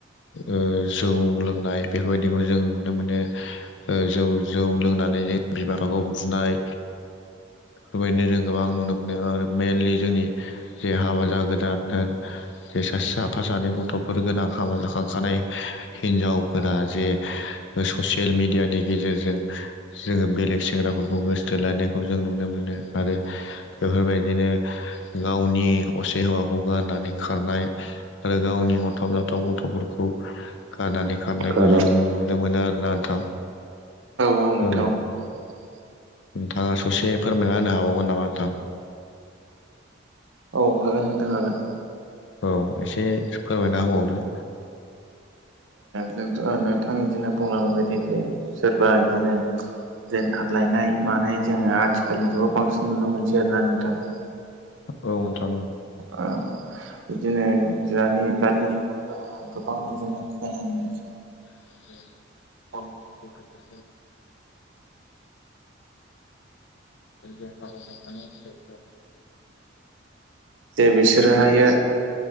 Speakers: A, on the left (about 65°); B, on the right (about 75°).
A: ओ जौ लोंनाय बेफोरबायदिखौ जों नुनो मोनो। जौ जौ लोंनानै जों बिमाखौ बुनाय बेफोरबायदिनो जों गोबां नुनो मोनो ओ मेनलि जोंनि जे हाबा जागोदान होन जे साफा सानै गथफोर गोनां हाबा जाखांखानाय हिनजावफोरा जे ससियेल मिेडियानि गेजेरजों जोङो बेलेग सेंग्राफोरखौ गोसो थोलायानायखौ जों नुनो मोनो आरो बेफोरबायदिनो गावनि असे हौवाखौ गारनानै खारनाय आरो गावनि अनथाव बाथाव गथफोरखौ गारनानै खारनायखौ
B: औ
A: जों नुनो मोनो आरोना नोंथां।
B: <unintelligible>
A: ओ नोंथाङा ससे फोरमायना होनो हाबावगोन नामा नोंथां?
B: औ हागोन नोंथां हागोन।
A: औ एसे फोरमायना होबावदो।
B: जोंथ नोंथां इदिनो बुंलांनाय बादि जे सोरबा इदिनो दोनखारलायनाय मानाय जोङो आथिखालनि जुगाव बांसिन नुनो मोनसै आरोना नोंथां।
A: औ नोंथां।
B: औ बिदिनो दानि दानि जुगावथ गोबां बिदिनो खोन मोनसै आरो।
A: <unintelligible>
B: <unintelligible>
A: <unintelligible> गथ गथाय जे हाबा जाखानाय हिनजाव
B: दे बिसोरोहायो